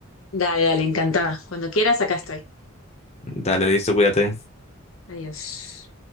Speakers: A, on the left; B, on the left.
A: Dale, dale, encantada. Cuando quieras, acá estoy.
B: Dale, listo, cuídate.
A: Adiós.